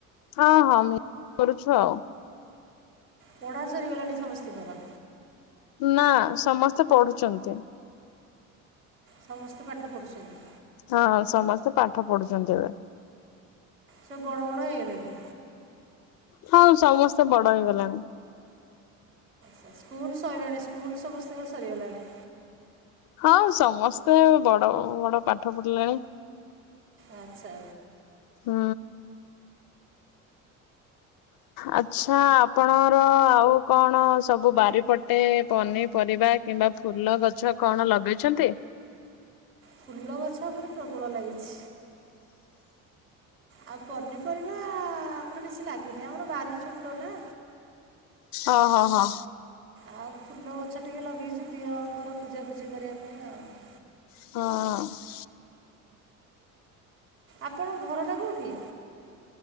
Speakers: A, on the left; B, on the right.
A: ହଁ ହଁ ମି କରୁଛୁ ଆଉ।
B: ପଢା ସରିଗଲାଣି ସମସ୍ତିଙ୍କର?
A: ନା ସମସ୍ତେ ପଢୁଛନ୍ତି।
B: ସମସ୍ତେ ପାଠ ପଢ଼ୁଛନ୍ତି?
A: ହଁ ସମସ୍ତେ ପାଠ ପଢୁଛନ୍ତି ଏ।
B: ସେ ବଡ଼ ବଡ଼ ହେଇଗଲେଣି?
A: ହଁ ସମସ୍ତେ ବଡ ହେଇଗଲାଣି।
B: ତ ସ୍କୁଲ ସଇଲାଣି ସ୍କୁଲ ସମସ୍ତଙ୍କ ସରିଗଲାଣି।
A: ହଁ ସମସ୍ତେ ବଡ ବଡ ପାଠ ପଢିଲେଣି।
B: ଆଚ୍ଛା।
A: ହୁଁ। ଆଛା ଆପଣ ଆଉ କଣ ସବୁ ବାରିପଟେ ପନିପରିବା କିମ୍ବା ଫୁଲଗଛ କଣ ଲଗେଇଛନ୍ତି?
B: ଫୁଲ ଗଛ ଆମର ପ୍ରବଳ ଲାଗିଛି। ଆଉ ପନିପରିବା ଆମର କିଛି ଲାଗିନି ଆମର ବାରି ଛୋଟ ନା।
A: ଅ ହ ହ।
B: ଆଉ ଫୁଲ ଗଛ ଟିକେ ଲଗେଇଛୁ ଦିଅଙ୍କର ପୂଜାପୂଜି କରିବା ପାଇଁ ଆଉ
A: ହଁ।
B: ଆପଣଙ୍କ ଘରଟା କୋଉଠି?